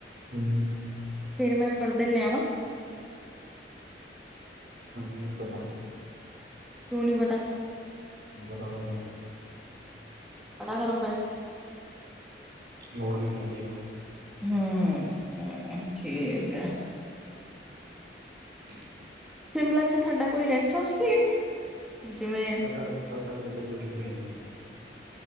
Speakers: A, on the right; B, in the centre.
A: ਹੂੰ।
B: ਫਿਰ ਮੈਂ ਪਰਦੇ ਲਿਆਵਾਂ।
A: ਸਾਨੂੰ ਨੀ ਪਤਾ।
B: ਕਿਉ ਨੂੰ ਪਤਾ।
A: ਬਾਜ਼ਾਰ ਨੂੰ
B: ਪਤਾ ਕਰੋ ਫੇਰ।
A: ਲੋੜ ਈ ਨੀ ਹੈਗੀ ਆ।
B: ਹੂੰ, ਠੀਕ ਐ।
A: <inaudible>
B: ਸ਼ਿਮਲਾ ਚ ਤੈਡਾ ਕੋਈ ਰੈਸਟ ਹਾਊਸ ਵੀ ਐ। ਜਿਵੇਂ
A: ਸਾਡਾ, ਸਾਡਾ ਕਿਤੇ ਕੁਝ ਨੀ ਐ ਜੀ।